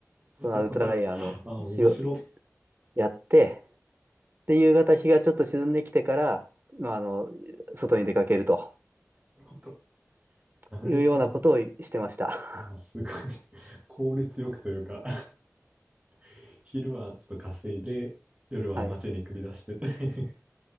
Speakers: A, on the right (about 45°); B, on the right (about 25°).
A: そのアウトライヤーの仕事
B: なるほど。ああ、面白。
A: やって、で、夕方日がちょっと沈んできてから、まあ、あの、外に出かけると
B: なるほど。なるほど。
A: いうようなことをしてました。
B: ああ、すごい。効率よくというか <laughs> 昼はちょっと稼いで、夜は街に繰り出して
A: <laughs> はい、
B: <laughs>